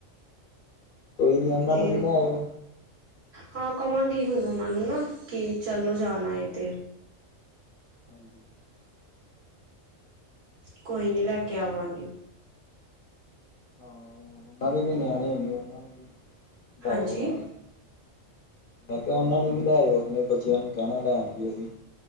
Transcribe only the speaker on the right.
ਤੇ
ਹਾਂ, ਕਵਾਂਗੀ ਹੁਣ ਉਹਨਾਂ ਨੂੰ ਨਾ ਕਿ ਚਲੋ ਜਾਣਾ ਏ ਤੇ।
ਕੋਈ ਨੀ ਲੈਕੇ ਆਵਾਂਗੀ।
ਹਾਂਜੀ